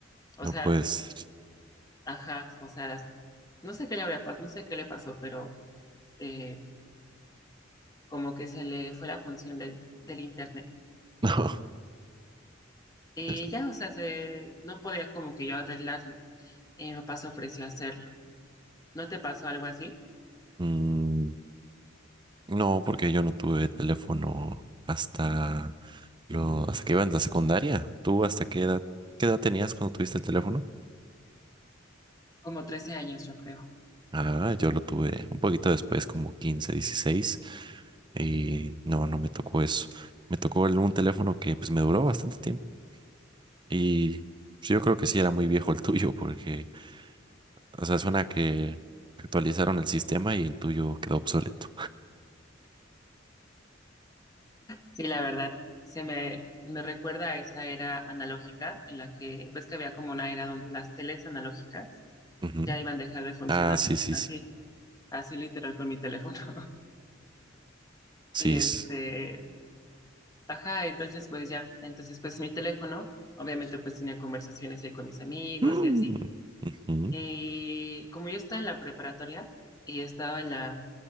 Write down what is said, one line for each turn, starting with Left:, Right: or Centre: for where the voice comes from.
Left: O
Right: No,
Left: sea,
Right: pues,
Left: ajá, o sea, no sé qué le habrá pasado, no sé qué le pasó, pero eh, como que se le fue la función de- del internet.
Right: <laughs> no.
Left: Y
Right: Es-
Left: ya, o sea, se, no podía como que yo arreglarlo. Y mi papá se ofreció a hacerlo. ¿No te pasó algo así?
Right: mm, No, porque yo no tuve teléfono hasta lo, hasta que iba en la secundaria. ¿Tú hasta qué edad, qué edad tenías cuando tuviste el teléfono?
Left: Como 13 años, yo creo.
Right: Ah, yo lo tuve un poquito después, como 15, 16. y no, no me tocó eso. Me tocó el- un teléfono que pues me duró bastante tiempo y pues, yo creo que sí era muy viejo el <laughs> tuyo porque, o sea, suena que actualizaron el sistema y el tuyo quedó obsoleto.
Left: Sí, la verdad, se me, me recuerda a esa era analógica en la que, ves que había como una era donde las teles analógicas
Right: Ujú.
Left: ya iban a dejar de funcionar,
Right: Ah, sí, sí,
Left: así,
Right: sí.
Left: así literal con mi teléfono. <laughs>
Right: Sí.
Left: Y este,
Right: es-
Left: ajá, entonces pues ya, entonces pues mi teléfono, obviamente pues tenía conversaciones ahí con mis amigos
Right: Mm.
Left: y así.
Right: <gasps> Ujú.
Left: Y como yo estaba en la preparatoria y estaba en la,